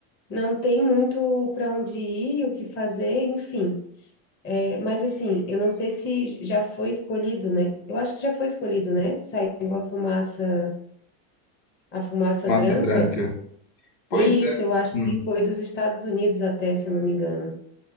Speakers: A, on the left; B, on the left.
A: não tem muito para onde ir, o que fazer, enfim. É, mas assim, eu não sei se já foi escolhido, né? Eu acho que já foi escolhido, né? Saiu a fumaça, a fumaça
B: Massa
A: branca.
B: branca. Pois
A: Isso,
B: é.
A: eu acho
B: Hum.
A: que foi dos Estados Unidos até, se eu não me engano.